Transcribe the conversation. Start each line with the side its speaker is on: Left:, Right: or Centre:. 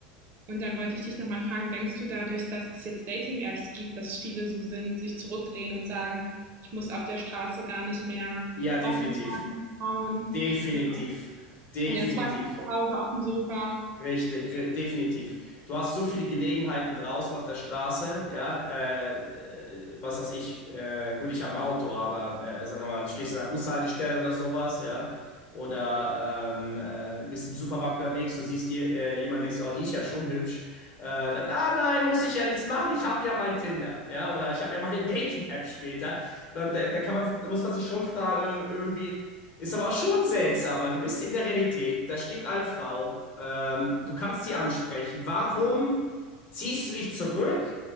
Right: Und dann wollte ich dich nochmal fragen, denkst du dadurch, dass es jetzt Dating-Apps gibt, dass viele so sind, sich zurücklehnen und sagen, ich muss auf der Straße gar nicht mehr
Left: Ja, definitiv.
Right: offen sein, Frauen,
Left: Definitiv.
Right: ne?
Left: Definitiv.
Right: Ich kann ja zwei zu Hause auf dem Sofa.
Left: Richtig, re- definitiv. Du hast so viele Gelegenheiten draußen auf der Straße, ja, äh, äh, was weiß ich, äh, gut, ich habe ein Auto, aber äh, sagen wir mal, du stehst an der Bushaltestelle oder sowas, ja. Oder ähm, äh, bist im Supermarkt unterwegs, du siehst je, äh, jemand, denkst, oh, die ist ja schon hübsch. Äh, dann, ah nein, muss ich ja nichts machen, ich habe ja mein Tinder. Ja, oder ich habe ja meine <laughs> Dating-App später. Und dann, da, da kann man, da muss man sich schon fragen, äh, irgendwie, ist aber auch schon seltsam, weil du bist in der Realität, da steht eine Frau, ähm, du kannst sie ansprechen. Warum ziehst du dich zurück